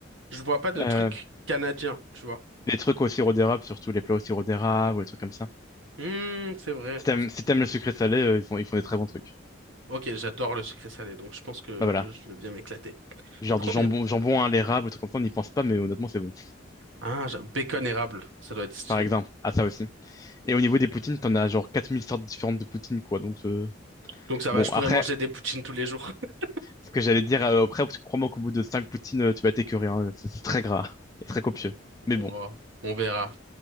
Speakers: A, on the right; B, on the left.
A: je vois pas de
B: Euh,
A: trucs canadiens, tu vois.
B: les trucs au sirop d'érable, surtout les plats au sirop d'érable ou les trucs comme ça.
A: Hmm, c'est vrai.
B: Si t'aimes, si t'aimes le sucré salé, euh, ils font, ils font des très bons trucs.
A: Ok, j'adore le sucré salé, donc je pense que
B: Bah voilà.
A: je vais bien m'éclater.
B: Genre
A: Trop
B: du jambon,
A: bien.
B: jambon à l'érable, des trucs comme ça, on n'y pense pas, mais honnêtement, c'est bon.
A: Ah, j'ai- bacon érable, ça doit être stylé.
B: Par exemple, à ça aussi. Et au niveau des poutines, t'en as genre 4000 sortes différentes de poutines, quoi. Donc, euh,
A: Donc ça
B: bon,
A: va, je pourrais
B: après,
A: manger des poutines tous les jours. <laughs>
B: ce que j'allais dire euh, après, parce que crois-moi qu'au bout de 5 poutines, euh, tu vas t'écœurer, hein. C'est c'est très gras et très copieux.
A: Bon,
B: Mais bon,
A: on verra.